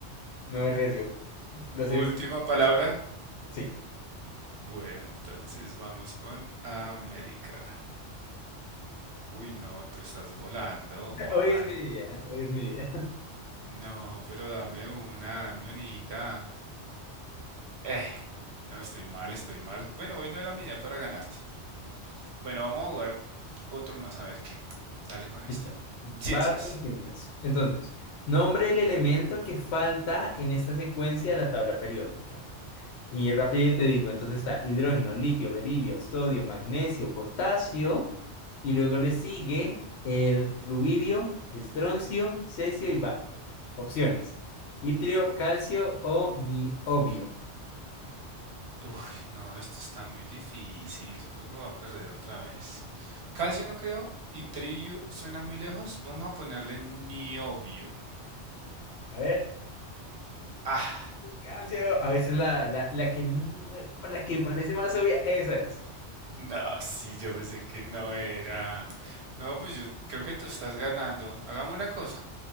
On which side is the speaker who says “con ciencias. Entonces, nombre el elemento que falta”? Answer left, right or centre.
Left